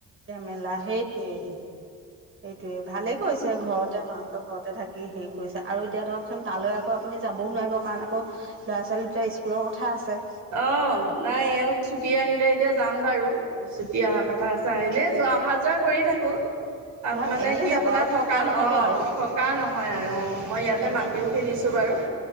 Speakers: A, on the right; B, on the right.
A: জেমেলা সেইটোৱে- সেইটোৱে, ভালেই কৰিছে ঘৰতে মাহঁতৰ ঘৰতে থাক কি হেৰি কৰিছে আৰু এতিয়া ধৰকচোন তালৈ আকৌ আপুনি যাবওঁ নোৱাৰিব কাৰণ আকৌ ল'ৰা-ছোৱালী দুটাৰ স্কুলৰ কথা আছে।
B: অ', নাই এওঁ ছুটি আহিলে এতিয়া যাম বাৰু। চুটি অহা কথা আছে আহিলে যোৱা অহা যোৱা কৰি থাকোঁ। তাত
A: নহয়
B: মানে
A: এনেই
B: কি
A: যাব
B: আপোনাৰ
A: আৰু
B: থকা
A: নহ'ব
B: অ',
A: আৰু
B: থক কা নহয় আৰু অ', মই ইয়াতে
A: এনেই
B: মাটিও কিনিছোঁ বাৰু,